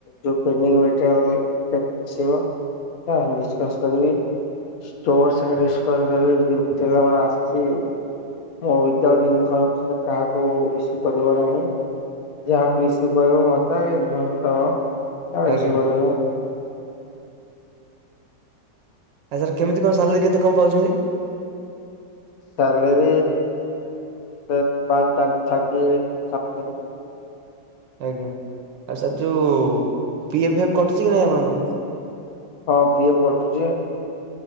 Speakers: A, on the left (about 55°); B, on the right (about 85°).
A: ଯୋ ପେଣ୍ଡିଙ୍ଗ ଟ୍ରାରି ଟ୍ରାରି ଆସିବ ଆ ଡିଶ୍ କଶ୍ କରିବି ଷ୍ଟୋର ସାଡିସ <unintelligible> ପରା ଆସିଚିଇ ଉଇଦାଉଟ ଇନ୍ ଫର୍ମ କାହାକୁ ଇସୁ କରିବାର ନାହିଁ ଯାହାକୁ ଇସୁ କହିବ ବା କାଇଁ ଝୁଣୁତ ଆ ଇସୁ
B: ଆଜ୍ଞା ଆଜ୍ଞା
A: କରିଵ।
B: ଆ ସାର୍ କେମିତି କଣ ସାଲେରୀ କେତେ କଣ ପାଉଛନ୍ତି।
A: ସାଲେରି ଉଁ ସେ ୱନ ଟା ଥାର୍ଟି ସମଥିଙ୍ଗ।
B: ଆଜ୍ଞା ଆଉ ସାର୍ ଯୋଉ ପି ଏଫ୍ ଏ ଫ୍ କଟୁଚି କି ନାଇଁ ଆପଣଙ୍କର?
A: ହଁ ପିଏପ୍ କଟୁଚି।